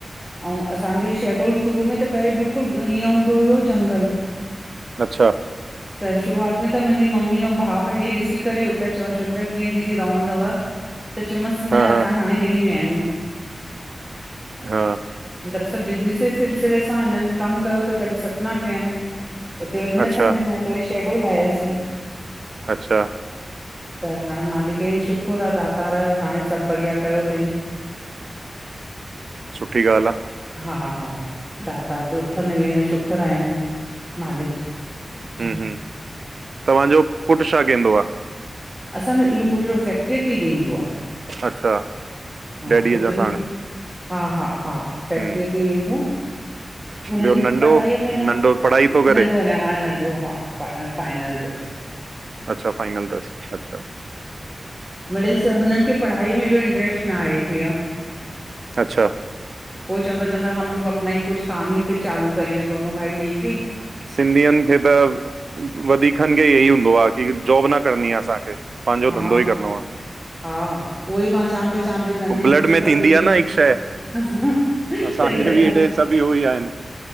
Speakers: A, in the centre; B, on the right.
A: आऊं असांजो शेडोल शुरू में त पेरियों बिल्कुलु हीअं हूंदो हुयो जंगल।
B: अच्छा।
A: त शुरूआत में त मुंजी मम्मी आऊं भा भा भरे ॾिसी करेह पिया चवनि, चवनि पिया कीअं दीदी रहंदव। त, च न
B: हा
A: हाणे असां
B: हा
A: हिरी विया आयूं,
B: हा
A: दरअसल बिजनेसिस सिलसिले सां हिननि कम कयो त पेंजे सतना कयनि उते वरी
B: अच्छा
A: न सम्झ में अ वरी शेडूल लाए आायासीं।
B: अच्छा।
A: त हाणे मालिक जी शुकुर आ दातार हाणे सभु बढ़िया कयो तईं।
B: सुठी ॻाल्हि आ।
A: हा हा दातार जो उथंदे वेंदे शुकुर आहिनि मालिक। जो
B: हा, हा तव्हां जो पुटु छा कंइदो आ?
A: असांजो इहो पुटु फैक्ट्रीअ ते ई वेहींदो आ।
B: अच्छा।
A: हा
B: डैडीअ
A: पुटु
B: जा
A: बि
B: साण
A: हा हा हा
B: हम्म
A: फैक्ट्रीअ ते वेंहिदो आ। हिन
B: ॿियो नंढो
A: पढ़ाईअ में न
B: नंढो पढ़ाई थो करे
A: नंढो अञा हा नंढो हा। पाण फाइनल तसि।
B: अच्छा फाइनल तसि अछा।
A: मिड़ई हुननि खे पढ़ाईअ में एॾो इंट्रेस्ट न आहे भैया।
B: अछा।
A: हो चंवदो चंदा हमलोग अपना ई कुझु कम ई फीर चालू करेंगे दोनो भाई मिल के।
B: सिंधियुनि खे त वधीकनि खे इ ई हूंदो आ की जॉब न करणी आ असांखे। पांजो
A: हा
B: धंधो ई करिणो आ।
A: हा उहो ई मां चां पई चां पई धंधे
B: पो ब्लड
A: ॾिसो
B: में
A: था
B: थींदी
A: केॾी
B: आ न हिकु शैय।
A: सही
B: असांजे
A: था
B: बि
A: चओ
B: हेॾे सभु इहो ई आहिनि।